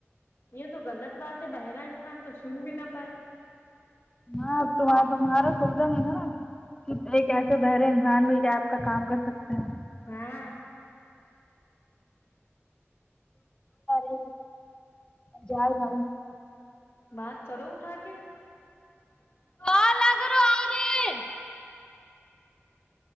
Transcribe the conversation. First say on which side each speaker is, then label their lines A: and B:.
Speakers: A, on the left; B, on the left.
A: یے تو غلط بات ہے بہرہ انسان تو سن بھی نہ پائے
B: ہاں تم تمہارے سنتے نہیں ہیں نا کی ایک ایسے بہرے انسان بھی کیا آپ کا کام کر سکتے ہیں
A: ہاں
B: جا رے سارے
A: ناک چاڑو اٹھا کے <inaudible>
B: کال نہ کرو آ رہے ہیں۔